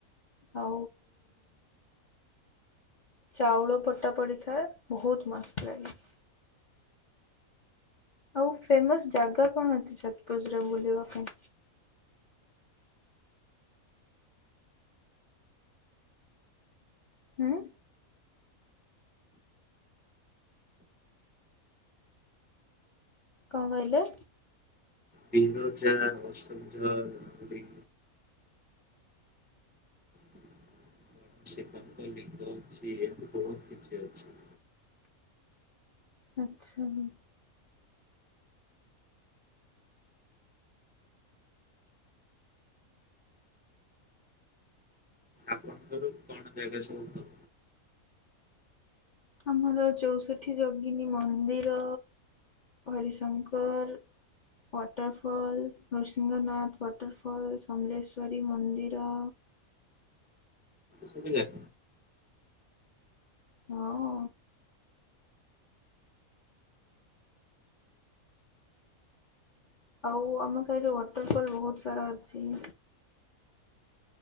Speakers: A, on the left (about 55°); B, on the right (about 15°).
A: ଆଉ ଚାଉଳ ପଟା ପଡ଼ିଥାଏ ବୋହୁତ ମସ୍ତ ଲାଗେ। ଆଉ ଫେମସ ଜାଗା କଣ ଅଛି ଯଜପୁର ରେ ବୁଲିବା ପାଇଁ? ଆଁ। କଣ କଇଲେ?
B: ବିରଜା, ଅଶୋକଝର, ଉଜି ବଡ଼ ଶିବଙ୍କ ଲିଙ୍ଗ ଅଛି ଏମତି ବହୁତ କିଛି ଅଛି।
A: ଆଚ୍ଛା ହୁଁ।
B: ଆପଣଙ୍କର କଣ ଜାଗା ସବୁ କ
A: ଆମର ଚୋଷୋଠି ଯୋଗିନୀ ମନ୍ଦିର, ହରିଶଙ୍କର ୱାଟରଫଲ୍, ନୃସିଂହନାଥ ୱାଟରଫଲ୍, ସମଲେଶ୍ଵରୀ ମନ୍ଦିର
B: ସୁଵିଲା?
A: ହଁ। ଆଉ ଆମ ସାଇଡ୍ ରେ ୱାଟରଫଲ୍ ବହୁତ ସାରା ଅଛି।